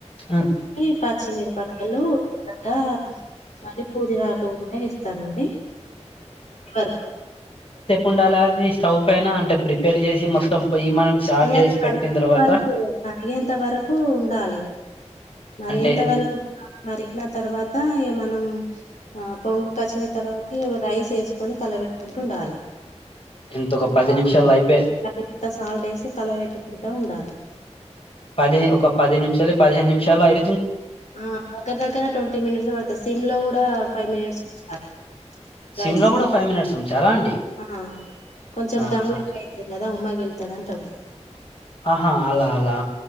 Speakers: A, on the left; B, on the left.
A: హ్మ్
B: టి పచ్చిమిరపకాలు కూడా మళ్ళీ పుదీనాకు కూడా ఎస్తానండి వర్కు.
A: ఉండాల అది స్టవ్ పైన అంటే ప్రిపేర్ చేసి మొత్తం. పొయ్యి మనం చార్జ్
B: ఇగ
A: చేసి పెట్టిన
B: అది మరిగెంత
A: తర్వాత
B: వరకు కాగేంత వరకు ఉండాలి. మరిగెంత
A: అంటే ఎం
B: వరకు మరిగిన తర్వాత ఏమ న్నము ఆహ్ పొంగుకొచ్చిన తర్వాత ఇవి రైస్ ఎస్కొని కలబెట్టు కొంటుండాలి
A: ఎంత
B: ఒక
A: పది నిమిషాలు అయిపోయి
B: ఇంత సాల్టేసి కలబెట్టుక్. ఉంటే ఉండాలి
A: పది ఒక పది నిమిషాలు పదిహేను నిమిషాలు అయి
B: ఆహ్ దగ్గర దగ్గర ట్వంటీ మినిట్స్ ద పడతస్ సిమ్ లో గూడా ఫైవ్ మినిట్స్ ఉంచాలి.
A: సిమ్
B: రైస్
A: లో కూడా ఫైవ్ మినిట్స్ ఉంచారా అండి
B: ఆహ్ కొంచెం
A: ఆహా
B: దమ్ ఎక్కువైతాది గదా వుమా గిలి తదాంటావ్
A: ఆహా అలా అలా